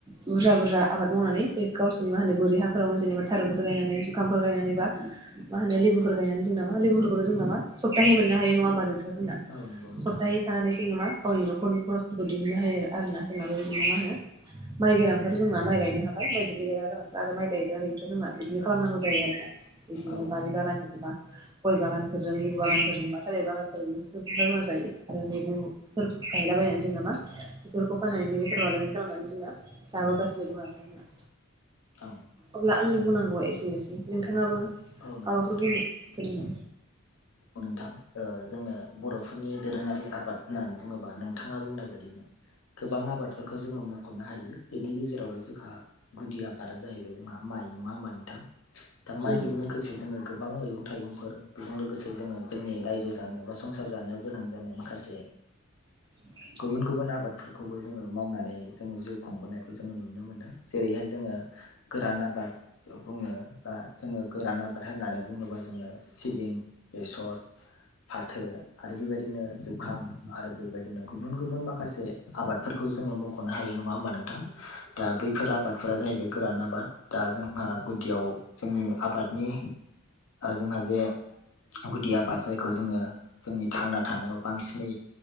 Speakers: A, on the right (about 20°); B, on the left (about 65°).
A: बुरजा बुरजा आबाद मावनानै बे गावसिरनि मा होनो बोरै हाफोरावनो जेनेबा थारुनफोर गायनानै जुखामफोर गायनानै बा मा होनो लेबुफोर गायनानै जों नामा लेबुफोरखौ जों नामा सप्ताहै मोननो हायो नङा होमबा नोंथां जोंना
B: औ नंगौ नोंथां
A: सप्ताहै खानानै जोङो मा गावनि न'खरनि खरसफोरखौ दिहुननो हायो आरो आरोना होनाब जङो
B: औ
A: मा होनो माइ गोनांफ्राथ' जोंना माइ गायनो हाबाय माइ दुब्लि गायग्रा गोनांफ्रा आरो माइ गायग्रा गैयिफ्रा जोंना बिदिनो खालामनांगौ जायो आरोना बिदिनो
B: औ
A: बारि बागान जेनबा गय बागानफोरजों ल बागानफोरजोंबा थाल बागानफोर मोन रोङा जायो आरो मैगंफोर गायलाबायनानै जों नामा बेफोरखौ फानानैनो बेफोर फालांगि खालामनानै जोंना जाबोगासिनो दं आरा जोंना
B: औ
A: अब्ला आंनि बुंनांगौआ एसेनोसै नोंथाङाबो
B: औ
A: माबाफोर
B: नंगौ नोंथां
A: बुंनो जों
B: नोंथां जोङो बर'फोरनि दोरोङारि आबाद होननानै बुङोबा नोंथाङा बुंनाय बायदिनो गोबां आबादफोरखौ जोङो मख'नो हायो बेनि गेजेरावनो जोंहा गुदि आबादा जाहैबाय जोंहा माइ नङा होमबा नोंथां दा
A: उम
B: माइजों लोगोसे जोङो गोबां मैगं थाइगंफोर बेजों लोगोसे जोङो जोंनि रायजो जानाय बा संसार जानायाव गोनां जानाय माखासे
A: <inaudible>
B: गुबुन गुबुन आबादफोरखौबो जोङो मावनानै जोङो जिउ खुंबोनायखौ जोङो नुनो मोनदों जेरैहाय जोङो गोरान आबाद बुङो बा जोङो गोरान आबाद होननानै बुङोबा जोङो सिबिं बेसर फाथो आरो बेबायदिनो जुखाम आरो बेबायदिनो गुबुन गुबुन माखासे आबादफोरखौ जोङो मख बख'नो हायो नङा होमबा नोंथां दा बैफोर आबादफोरा जाहैबाय गोरान आबाद दा जोंहा गुदियाव जोंनि आबादनि जोंहा जे गुदि आबाद बेखौ जोङो जोंनि थांना थानायाव बांसिनै